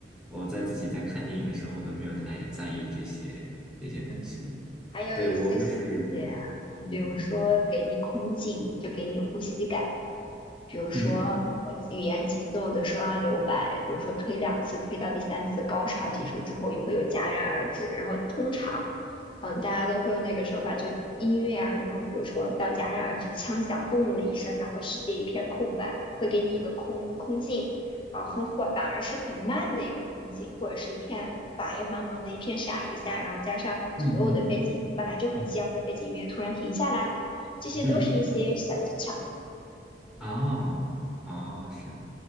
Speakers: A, in the centre; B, on the left.
A: 我在自己在看电影的时候，我都没有太在意这些这些东西。
B: 嗯，还有一些细节啊，
A: 对，我就是，嗯嗯嗯
B: 比如说给你空镜，就给你呼吸感。比如说呃语言节奏的时候要留白，
A: 嗯
B: 比如说推两次，推到第三次高潮结束之后也会有戛然而止。然后通常，嗯，大家都会用那个手法，就音乐啊，然后比如说到戛然而止，枪响，嘣的一声，然后世界一片空白，会给你一个空空镜，啊，很火，反而是很慢的一个风景，或者是一片白又茫茫的一片闪一下，然后加上所有的背景本来就很激昂的背景音乐突然停下来，
A: 嗯嗯嗯嗯嗯
B: 这些都是一些小技巧。
A: 嗯嗯，嗯哦哦，是。